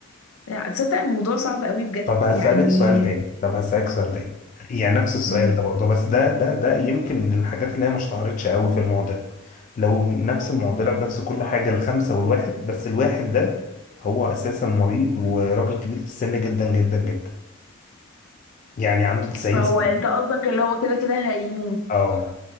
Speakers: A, on the left (about 75°); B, on the left (about 35°).
A: لا تصدق الموضوع صعب قوي بجد
B: طب هسألك
A: يعني
B: سؤال تاني طب هسألك سؤال تاني يعني نفس السؤال
A: امم
B: ده برضه بس ده ده ده يمكن من الحاجات اللي هي ما اشتهرتش قوي في المعضلة لو نفس
A: مم.
B: المعضلة بنفس كل حاجة الخمسة والواحد بس الواحد ده هو أساسا مريض وراجل كبير في السن جدا جدا جدا يعني عنده 90
A: فهو
B: سنة
A: انت قصدك اللي هو كده كده هيموت
B: اه